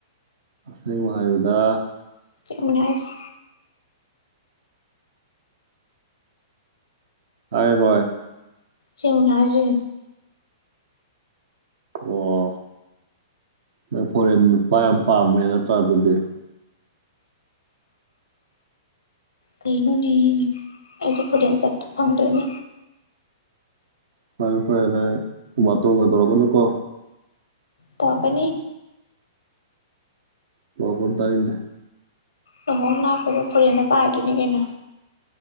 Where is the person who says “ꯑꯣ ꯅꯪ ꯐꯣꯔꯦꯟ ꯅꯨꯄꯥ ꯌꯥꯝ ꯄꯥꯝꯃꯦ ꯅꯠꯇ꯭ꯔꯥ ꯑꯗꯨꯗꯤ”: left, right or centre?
Right